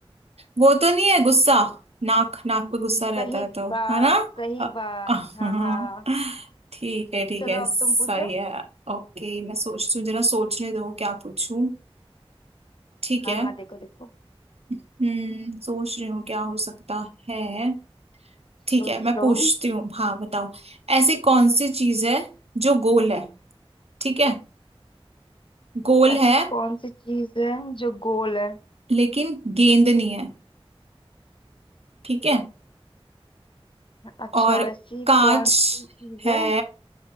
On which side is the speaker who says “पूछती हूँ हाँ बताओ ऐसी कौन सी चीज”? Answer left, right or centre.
Right